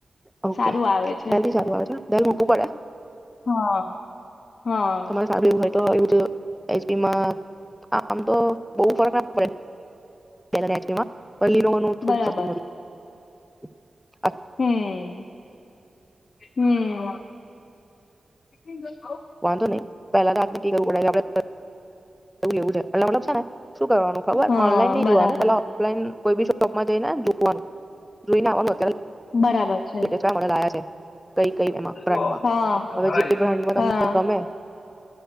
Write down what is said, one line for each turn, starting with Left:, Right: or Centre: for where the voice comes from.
Centre: <inaudible> ઓકે
Left: સારું આવે છે.
Centre: ડેલી સારું આવે છે. ડેલ મૂકવું પડે.
Left: હા. હા
Centre: તમારે સારું એવું હોય. તો એવુ તો એચપીમાં આમ તો બહુ ફરક ના પડે છે એચપી માં પલી ન નું <unintelligible> થોડું
Left: બરાબર
Centre: કશું મળ્યું. <inaudible>
Left: હમ. હમ. ઈ લઈ
Centre: વાંધો નહી. પહેલા તો <unintelligible> ઓલું લેવું સ <inaudible> એટલે મતલબ છે ને શું કરવાનું ખબર,
Left: હા
Centre: ઓનલાઈન ની
Left: બરાબર
Centre: જોવાનું પેલા ઓફલાઈન કોઈબી શોપમાં જઈને જોવાનું. જોઈને આવવાનું અત્યારે
Left: બરાબર. છે
Centre: કે <unintelligible> મોડલ આયા છે. કઈ કઈ એમાં બ્રાડમાં,
Left: હા
Centre: હવે જે બ્રાડમાં તમને
Left: હા.
Centre: ગમે